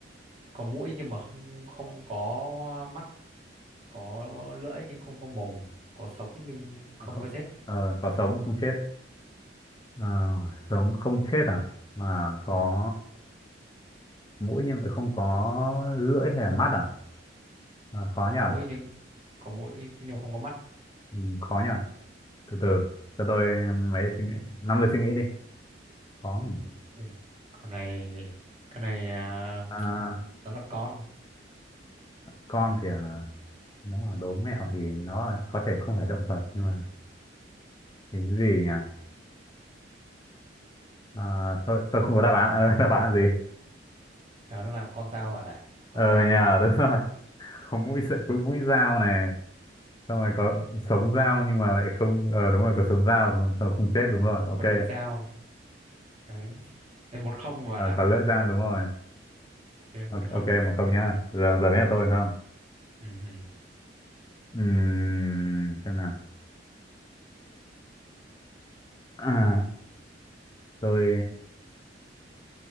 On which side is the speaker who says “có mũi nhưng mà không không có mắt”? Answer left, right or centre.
Right